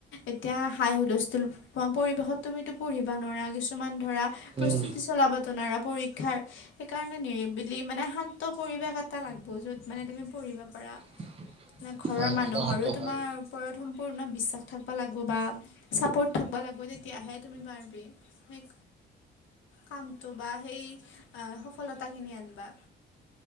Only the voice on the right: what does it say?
উম
<inaudible>
হয়
হয় কথাটো
হয়